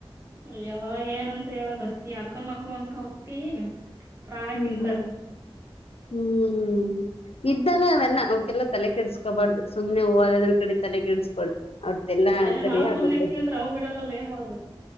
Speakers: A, on the right (about 25°); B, on the left (about 80°).
A: ಯೊ ಏನಂತ ಹೇಳದು ಈ ಅಕ್ಕನ್ ಮಕ್ಳು ಅಂತ ಹುಟ್ಟಿ ಪ್ರಾಣ
B: ಹ್ಮ್
A: ತಿಂತಾರ್
B: ಹ್ಮ್ ಹ್ಮ್ ಇದ್ದಾವೆ ಅವೆಲ್ಲ ಅವಕೆಲ್ಲ ತಲೆ ಕೆಡ್ಸ್ಕೋಬಾರ್ದು ಸುಮ್ನೆ ಹೂವ ಅದ್ರ ಕಡೆ ತಲೆ ಕೆಡಸ್ಬಾರ್ದು ಅವ್ರ್ದೆಲ್ಲಾ
A: ಏ
B: ಸರಿ
A: ನಾವ್
B: ಆಗುತ್ತೆ
A: ಸುಮ್ನೆ ಇರ್ತೀವಿ ಅಂದ್ರೆ ಅವು ಬಿಡಲ್ಲಲ್ಲ ಏನ್ ಮಾಡೋದು